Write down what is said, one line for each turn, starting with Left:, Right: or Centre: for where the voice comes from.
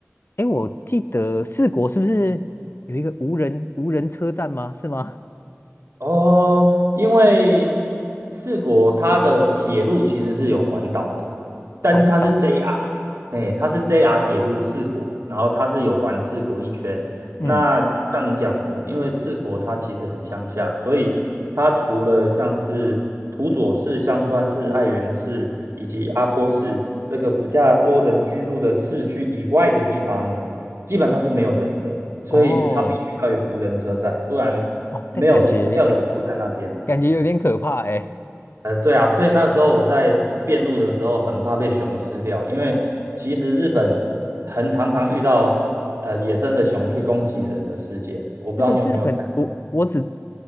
Left: 哎，我记得四国是不是有一个无人无人车站吗？是吗？
Right: 哦，因为四国它的铁路其实是有环岛的，但是它是
Left: 环岛，
Right: JR，哎，它是 JR 铁路四国，然后它是有环四国一圈。
Left: 嗯，
Right: 那像你讲的，因为四国它其实很乡下，所以它除了像是土佐市、香川市、爱媛市以及阿波市这个比较多人居住的市区以外的地方呢，基本上是没有人的。所以它必须要有无人车站，
Left: 哦，
Right: 不然没有没有人住在那边。
Left: 哇，那感觉感觉有点可怕哎。
Right: 呃，对啊，所以那时候我在遍路的时候很怕被熊吃掉，因为其实日本很常常遇到呃野生的熊去攻击人的事件，我不知道你有没有看，
Left: 这个是很，我我只